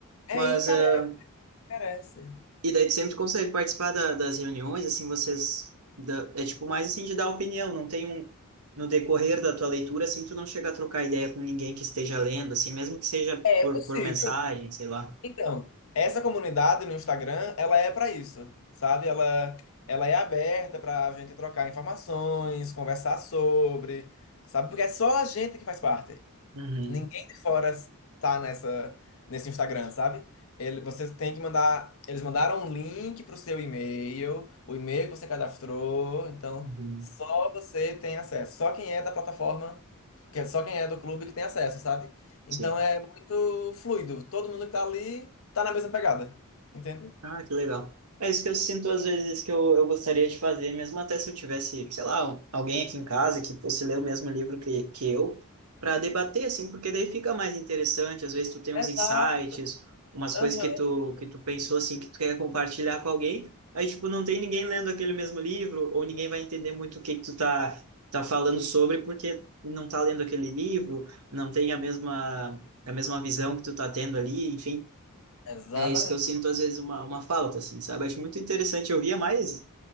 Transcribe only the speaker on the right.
Mas
ah,
E daí tu sempre consegue participar da- das reuniões, assim, vocês... da- é tipo mais assim de dar opinião, não tem um... No decorrer da tua leitura, assim, tu não chega a trocar ideia com ninguém que esteja lendo, assim, mesmo que seja
por,
por mensagem, sei lá.
Uhum,
uhum.
Sim.
Ah, que legal. É isso que eu sinto às vezes que eu, eu gostaria de fazer, mesmo até se eu tivesse, sei lá, um- alguém aqui em casa que fosse ler o mesmo livro que, que eu, para debater, assim, porque daí fica mais interessante. Às vezes tu tem uns
insights, umas coisas
que tu, que tu pensou, assim, que tu quer compartilhar com alguém. Aí, tipo, não tem ninguém lendo aquele mesmo livro, ou ninguém vai entender muito o que que tu tá, tá falando sobre, porque não tá lendo aquele livro, não tem a mesma, a mesma visão que tu tá tendo ali, enfim.
É isso que eu sinto, às vezes, uma, uma falta, assim, sabe? Acho muito interessante. Eu via mais